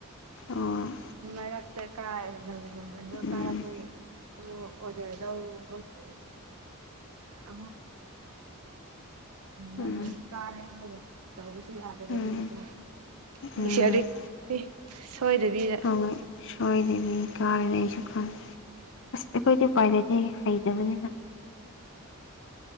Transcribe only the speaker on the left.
ꯑꯣ
ꯎꯝ
ꯎꯝ
ꯎꯝ
ꯎꯝ
ꯍꯣꯏ ꯁꯣꯏꯗꯕꯤ ꯀꯥꯔꯤꯅꯤ ꯑꯩꯁꯨ ꯈꯪꯉꯦ ꯑꯁ ꯑꯩꯈꯣꯏꯗꯤ ꯎꯄꯥꯏ ꯂꯩꯇꯦꯍꯦ ꯍꯩꯇꯕꯅꯤꯅ